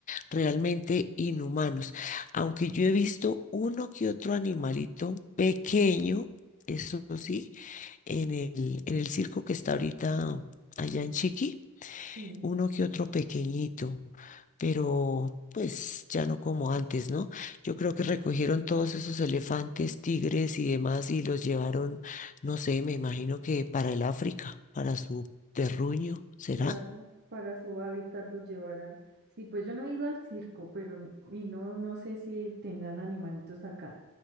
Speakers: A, on the left (about 35°); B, on the right (about 50°).
A: realmente inhumanos. Aunque yo he visto uno que otro animalito pequeño, eso sí, en el, en el circo que está ahorita allá en Chiqui
B: sí.
A: uno que otro pequeñito, pero pues ya no como antes, ¿no? Yo creo que recogieron todos esos elefantes, tigres y demás y los llevaron, no sé, me imagino que para el África, para su terruño, ¿será?
B: Claro, para su hábitat los llevarán. Sí, pues yo no he ido al circo, pero n- y no, no sé si tendrán animalitos acá.